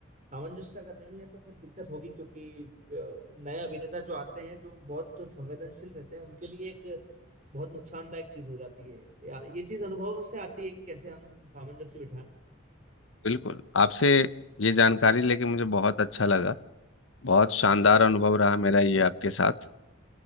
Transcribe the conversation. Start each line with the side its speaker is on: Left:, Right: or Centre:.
Right: सामंजस्य अगर नहीं है तो फिर दिक्कत होगी क्योंकि अ, नए अभिनेता जो आते हैं जो बहुत संवेदनशील रहते हैं उनके लिए एक बहुत नुकसानदायक चीज हो जाती है या ये चीज अनुभव से आती है कि कैसे हम सामंजस्य बिठाएं
Left: बिल्कुल आपसे ये जानकारी लेके मुझे बहुत अच्छा लगा बहुत शानदार अनुभव रहा मेरा ये आपके साथ